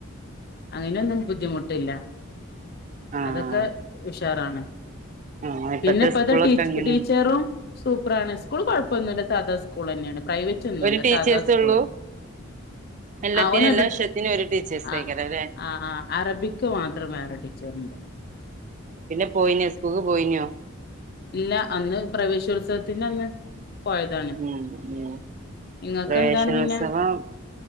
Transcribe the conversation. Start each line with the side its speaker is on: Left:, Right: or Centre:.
Left: അങ്ങനെയൊന്നും ബുദ്ധിമുട്ടില്ല
Right: ആഹ്
Left: അതൊക്കെ ഇഷ് ട്ടറാണ്
Right: ആഹ് ഇപ്പത്തെ
Left: പിന്നെപ്പത
Right: സ്കൂളൊക്കെ
Left: ടീ
Right: അങ്ങനെയാണ്
Left: ടീച്ചറും സൂപ്പർ ആണ്ണ് സ്കൂൾ കുഴപ്പൊന്നൂല്ല സാദാ സ്കൂള ന്നെയാണ് പ്രൈവ റ്റൊന്നുഅല്ല
Right: ഒരു ടീച്ചേഴ്സേ
Left: സാധാ സ്കൂള്
Right: ഉള്ളൂ എല്ലാത്തിനും
Left: ആ ഓനൊരു
Right: എല്ലാ വിഷയത്തിനും ഒരു ടീച്ചേഴ്സേക്കാരം
Left: ആ
Right: ല്ലേ
Left: ആ അറബിക് മാത്രം വേറെ ടീച്ചർണ്ട്
Right: പിന്നെ പോയിന്യോ ഇസ്കൂക്ക് പോയി ന്യോ
Left: ഇല്ല അന്ന് പ്രവേശോത്സവത്തിൻ്റെ അന്ന് പോയതാണ്
Right: ഉം ഉം
Left: നിങ്ങൾക്ക്
Right: പ്രവേശനോത്സവം
Left: എന്താണ് പിന്നെ